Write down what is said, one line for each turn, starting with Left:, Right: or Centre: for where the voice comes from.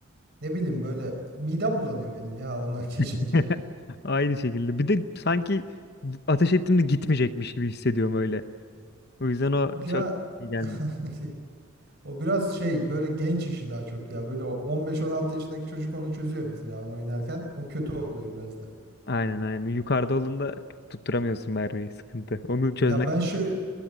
Right: ne bileyim böyle midem bulanıyor benim ya ona <laughs> geçince.
Left: <laughs> Aynı şekilde. Bir de sanki ateş ettiğimde gitmeyecekmiş gibi hissediyorum öyle. O yüzden o
Right: Ya
Left: çok iyi
Right: <laughs>
Left: gelmiyor.
Right: o biraz şey böyle genç işi daha çok ya böyle o 15-16 yaşındaki çocuk onu çözüyor mesela onu oynarken o kötü oluyor biraz da.
Left: Aynen aynen. Yukarıda olduğunda tutturamıyorsun mermiyi. Sıkıntı. Onu çözmek.
Right: Ya ben şey